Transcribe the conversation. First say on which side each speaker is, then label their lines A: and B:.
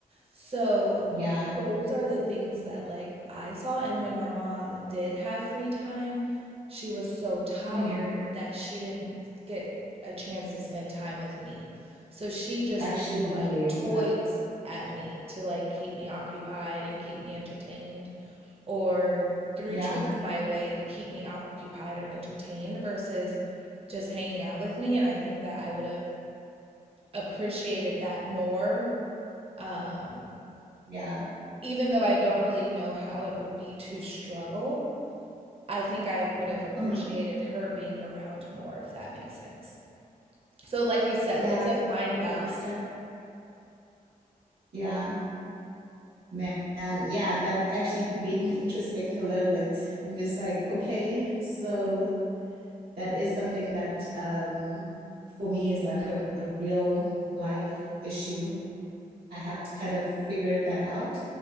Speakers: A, on the right; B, on the right.
A: So
B: Yeah.
A: those are the things that like I saw. And when my mom did have free time, she was so tired
B: Mm.
A: that she didn't get a chance to spend time with me. So she just
B: Actually
A: threw
B: be
A: like
B: there.
A: toys
B: Yeah.
A: at me to like keep me occupied and keep me entertained, or threw
B: Yeah.
A: tricks my way to keep me occupied or entertained versus just hanging out with me. And I think that I would have appreciated that more. Um,
B: Yeah.
A: even though I don't really know how it would be to struggle, I think I would have appreciated
B: Mm.
A: her being around more, if that makes sense. So, like you said,
B: Yeah,
A: it's
B: I
A: a
B: could
A: fine
B: really
A: balance.
B: understand. Yeah. Man, yeah, that actually made me introspect a little bit. I'm just like, okay, so that is something that um, for me is like a, a real life issue. I have to kind of figure that out.